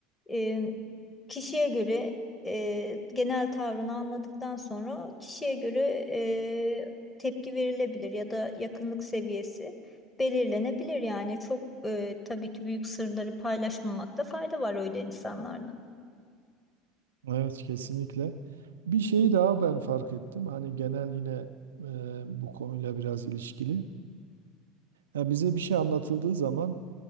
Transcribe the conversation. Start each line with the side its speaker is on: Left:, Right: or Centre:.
Left: E, kişiye göre e, genel tavrını anladıktan sonra kişiye göre e, tepki verilebilir ya da yakınlık seviyesi belirlenebilir. Yani çok e, tabii ki büyük sırları paylaşmamakta fayda var öyle insanlarla.
Right: Evet kesinlikle. Bir şey daha ben fark ettim. Hani genel yine e, bu konuyla biraz ilişkili. Ya bize bir şey anlatıldığı zaman